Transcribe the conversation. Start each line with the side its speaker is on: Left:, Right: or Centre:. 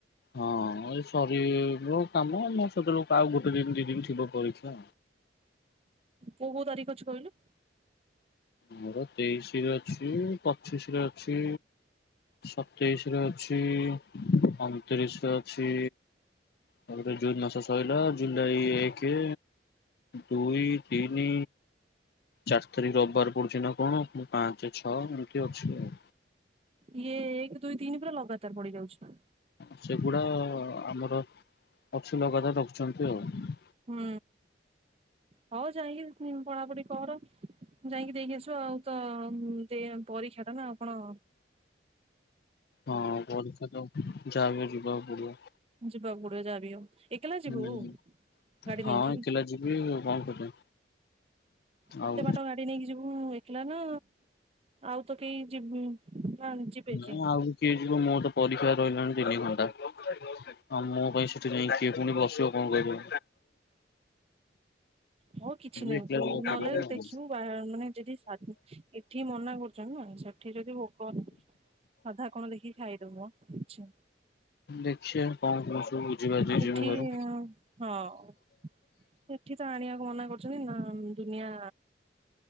Left: ହଁ ଏ ସରିବ କାମ ସେତେବେଳ କୁ ଆଉ ଗୋଟେ ଦି ଦିନ ଥିବ ପରୀକ୍ଷା।
Right: କୋଉ କୋଉ ତାରିଖ ଅଛି କହିଲୁ?
Left: ମୋର ତେଇଶି ରେ ଅଛି ପଚିଶି ରେ ଅଛି। ସତେଇଶି ରେ ଅଛି ଅନତିରିଶ ରେ ଅଛି। ଏବେ ତୋ ଜୁନ୍ ମାସ ସରିଲା ଜୁଲାଇ ଏକେ ଦୁଇ, ତିନି, ଚାରି ତାରିଖ ରବିବାର ପଡୁଛି ନା କଣ ମୁଁ ପାଞ୍ଚ, ଛଅ ଏମିତି ଅଛି ଆଉ।
Right: ଇଏ ଏକ, ଦୁଇ, ତିନି ପୁରା ଲଗାତାର ପଡ଼ିଯାଉଛି।
Left: ସେଗୁଡା ଆମର ଅଛି ଲଗାତାର ରଖିଛନ୍ତି ଆଉ।
Right: ହୁଁ। ହଁ ଯାଇକି ପଢ଼ାପଢ଼ି କର ଯାଇକି ଦେଇକି ଆସିବ ଆଉ। ତୋ ଦେ ପରୀକ୍ଷା ଟା ନା ଆପଣ
Left: ହଁ ପରୀକ୍ଷା ତୋ ଯାହା ବି ହେଲେ ଯିବାକୁ ପଡ଼ିବ।
Right: ଯିବା କୁ ପଡିବ ଯାହା ବି ହଉ। ଏକଲା ଯିବୁ
Left: ହୁଁ
Right: ଗାଡି
Left: ହଁ
Right: ନେଇକି
Left: ଏକେଲା ଯିବି ଆଉ କଣ କରିବି। ଆଉ
Right: ଏତେ ବାଟ ଗାଡ଼ି ନେଇକି ଯିବୁ ଏକେଲା ନା ଆଉ ତୋ କେହିଁ ଯିବୁ ନା ଯିବେ
Left: ନା
Right: କିଏ
Left: ଆଉ କିଏ ଯିବ ମୋର ତୋ ପରୀକ୍ଷା ରହିଲାନି ତିନି ଘଣ୍ଟା। ଆଉ ମୋ ପାଇଁ ସେଠେ ଯାଇକି କିଏ ପୁଣି ବସିବ କ କହିବ?
Right: ହଉ କିଛି ନାଇ
Left: ଏକଲା
Right: ତୁ
Left: ଯିବାକୁ
Right: ନ
Left: ପଡିବ
Right: ହେଲେ
Left: ଆଉ।
Right: ଦେଖିବୁ <unintelligible> ଏଠି ମନା କରିଛନ୍ତି ନା ସେଠୀ ଯଦି ଭୋକ ସାଧା କଣ ଦେଖିକି ଖାଇ ଦେବ ହ ଆଛା।
Left: ଦେଖିବା କଣ କଣ ସବୁ ବୁଝି ବାଜିକି
Right: ଏଠି
Left: ଯିବୁ ହେରି।
Right: ହଁ ଏଠି ତୋ ଆଣିବାକୁ ମନା କରିଛନ୍ତି ନା ଦୁନିଆ